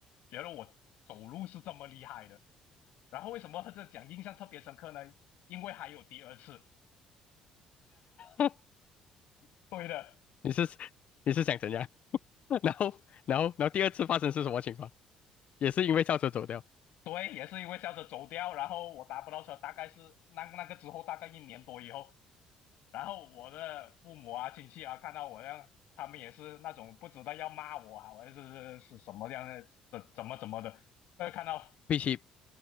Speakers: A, on the left (about 70°); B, on the left (about 55°).
A: 觉得我走路是这么厉害的。然后为什么这讲印象特别深刻呢？因为还有第二次。
B: <laughs>
A: 对的，
B: 你是你是想怎样？<laughs> 然后然后然后第二次发生是什么情况？也是因为校车走掉。
A: 对，也是因为校车走掉，然后我打不到车，大概是那那个之后大概一年多以后，然后我的父母啊、亲戚啊，看到我这样，他们也是那种不知道要骂我啊，还是是什么样的，怎怎么怎么的，呃，看到，
B: 比起